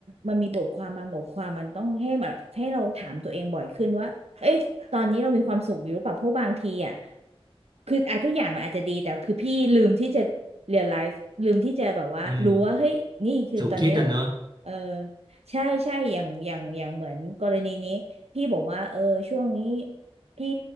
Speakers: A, on the right (about 80°); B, on the right (about 45°).
A: มันมีบทความมาบทความมันต้องให้แบบให้เราถามตัวเองบ่อยขึ้นว่าเอ้ย ตอนนี้เรามีความสุขอยู่หรือเปล่าเพราะบางทีอ่ะคืออ่ะทุกอย่างมันอาจจะดีแต่คือพี่ลืมที่จะเรียลไลซ์ลืมที่จะแบบว่ารู้ว่าเฮ้ยนี่คือตอนเนี้ย
B: อืมถูกคิดอ่ะเนอะ
A: เออใช่ใช่อย่างอย่างอย่างเหมือนกรณีนี้พี่บอกว่าเออช่วงนี้พี่